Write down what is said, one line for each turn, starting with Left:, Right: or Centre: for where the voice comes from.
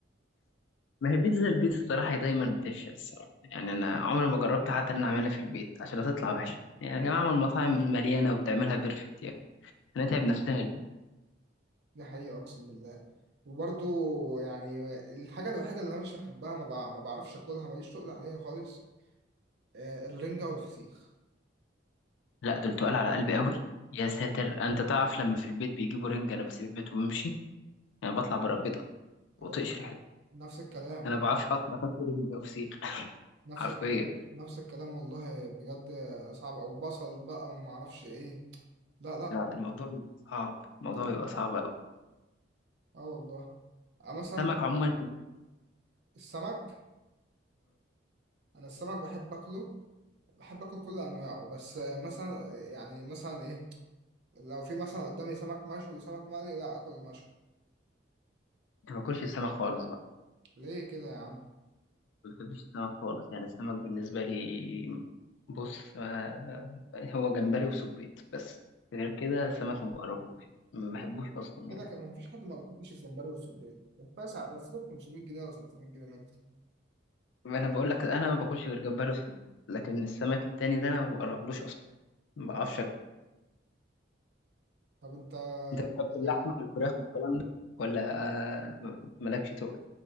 Left: ما هي بيتزا البيت الصراحة دايما بتفشل الصراحة يعني أنا عمري ما جربت حتى إن أنا أعملها في البيت عشان هتطلع وحشة يعني يا جماعة ما المطاعم مليانة وبتعملها بيرفكت يعني هنتعب نفسنا
Right: دي حقيقة أقسم بالله وبرضو يعني الحاجة الوحيدة اللي أنا مش بحبها ما, بع... ما بعرفش أكلها ماليش تقل عليها خالص آه، الرنجة والفسيخ
Left: لا دول تقال على قلبي قوي يا ساتر انت تعرف لما في البيت بيجيبوا رنج انا بسيب البيت وبمشي انا بطلع بره البيت
Right: والله
Left: وطقش ريحتها
Right: نفس الكلام
Left: انا ما بعرفش احط باكل رنج او فسيخ
Right: نفس
Left: حرفيا
Right: الكلام نفس الكلام والله بجد صعب أو بصل بقى وما أعرفش إيه لا لا
Left: لا الموضوع بيبقى صعب الموضوع
Right: اه
Left: بيبقى صعب قوي
Right: آه والله آه، مثلا
Left: السمك عموما انت
Right: السمك أنا السمك بحب أكله بحب أكل كل أنواعه بس آه، مثلا يعني مثلا إيه لو في مثلا قدامي سمك مشوي وسمك مقلي لا أكل المشوي
Left: ما باكلش السمك خالص بقى
Right: ليه كده يا عم
Left: ما بحبش السمك خالص يعني السمك بالنسبه لي بص آه، هو جمبري وسبيط بس غير كده السمك ما بقربوش ما بحبوش اصلا
Right: كده
Left: يعني
Right: كان مفيش حد ما بيحبش الجمبري والسبيط بس على سيبك 500 جنيه ولا 600 جنيه منه
Left: انا بقول لك انا ما باكلش غير جمبري وصبيط لكن السمك التاني ده انا ما بقربلوش اصلا ما
Right: يعني
Left: بعرفش أكل.
Right: طب انت
Left: انت بتحب
Right: يعني
Left: اللحمه والفراخ والكلام ده ولا آه، مالكش تقول